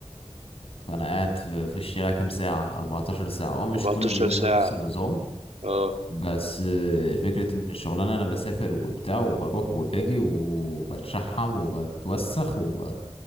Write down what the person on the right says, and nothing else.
14
ساعة
اه